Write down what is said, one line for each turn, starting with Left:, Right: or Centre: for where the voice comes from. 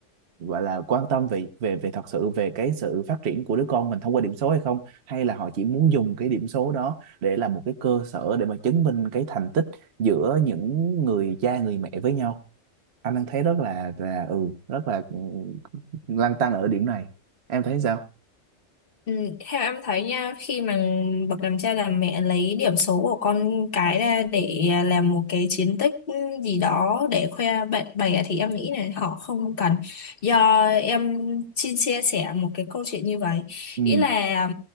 Right: gọi là quan tâm về về về thật sự về cái sự phát triển của đứa con mình thông qua điểm số hay không hay là họ chỉ muốn dùng cái điểm số đó để làm một cái cơ sở để mà chứng minh cái thành tích giữa những người cha người mẹ với nhau anh đang thấy rất là là ừ rất là ừ, lăn tăn ở điểm này em thấy sao
Left: Ừ, theo em thấy nha khi mà bậc làm cha làm mẹ lấy điểm số của con cái ra để à, làm một cái chiến tích gì đó để khoe bạn bè thì em nghĩ là họ không cần do em xin chia sẻ một cái câu chuyện như vậy
Right: ừ
Left: ý là